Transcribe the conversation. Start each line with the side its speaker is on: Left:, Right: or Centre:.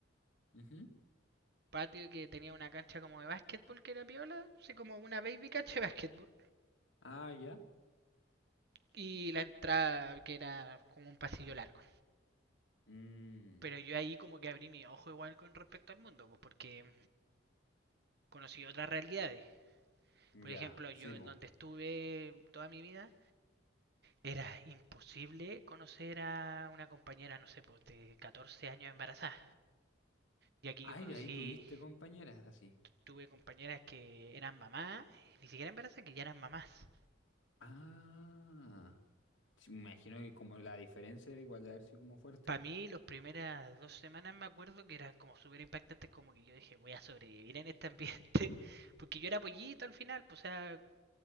Left: Ujú.
Right: patio que tenía una cancha como de básquetbol que era piola, así como una baby cancha de básquetbol,
Left: Ah, ya.
Right: y la entrada que era como un pasillo largo.
Left: Mm,
Right: Pero yo ahí como que abrí mi ojo igual con respecto al mundo, pues porque conocí otras realidades.
Left: Ya,
Right: Por ejemplo, yo
Left: sí, vos.
Right: en donde estuve toda mi vida, era imposible conocer a una compañera, no sé, pues, de 14 años embarazada. Y aquí
Left: Ay,
Right: yo conocí
Left: de ahí tuviste compañeras así.
Right: Tuve compañeras que eran mamás, ni siquiera embarazadas, que ya eran mamás.
Left: Ah, sí, me imagino que como la diferencia igual de haber sido como fuerte,
Right: Para
Left: po.
Right: mí, las primeras dos semanas me acuerdo que eran como súper impactantes, como que yo dije, voy a sobrevivir en este ambiente, <laughs> porque yo era pollito al final, pues, o sea,